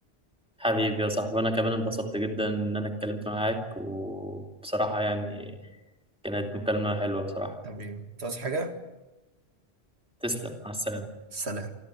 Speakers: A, in the centre; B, on the right (about 80°).
A: حبيبي يا صاحبي انا كمان انبسطت جدا ان انا اتكلمت معاك وبصراحه يعني كانت مكالمه حلوه بصراحه
B: حبيبي تعوز حاجه
A: تسلم مع السلامه
B: سلام